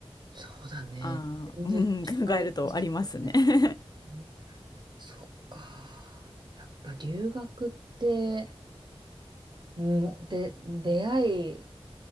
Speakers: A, on the right; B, on the left.
A: そうだね。
B: あーうん、
A: 全然違
B: 考えるとありますね。
A: いますよ
B: <laughs>
A: ね。そっか。やっぱ留学って、うん、で、出会い、